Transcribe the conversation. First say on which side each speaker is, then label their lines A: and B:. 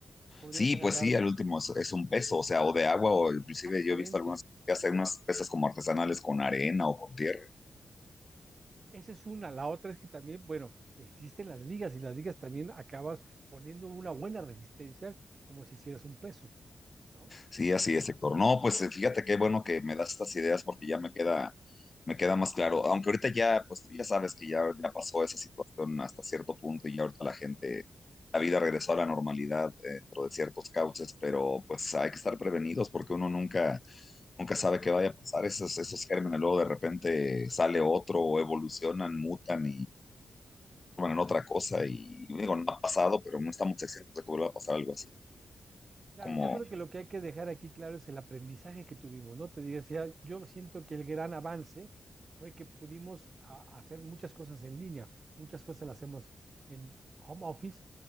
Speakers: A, on the right (about 50°); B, on the left (about 40°).
A: Podías
B: Sí,
A: agarrar
B: pues sí, al último es, es un peso, o sea, o de agua, o inclusive
A: exactamente.
B: yo he visto algunas que hacen unas pesas como artesanales con arena o con tierra.
A: Esa es una. La otra es que también, bueno, existen las ligas y las ligas también acabas poniendo una buena resistencia como si hicieras un peso, ¿no?
B: Sí, así es, Héctor. No, pues eh, fíjate qué bueno que me das estas ideas porque ya me queda, me queda más claro. Aunque ahorita ya, pues tú ya sabes que ya, ya pasó esa situación hasta cierto punto y ya ahorita la gente, la vida regresó a la normalidad eh, dentro de ciertos cauces, pero pues hay que estar prevenidos porque uno nunca, nunca sabe qué vaya a pasar. Esos, esos gérmenes luego de repente sale otro o evolucionan, mutan bueno, en otra cosa y digo, no ha pasado, pero no estamos exentos de que vuelva a pasar algo así.
A: Claro,
B: Como,
A: yo creo que lo que hay que dejar aquí claro es el aprendizaje que tuvimos, ¿no? Te digo, o sea, yo siento que el gran avance fue que pudimos a- hacer muchas cosas en línea, muchas cosas las hacemos en home office,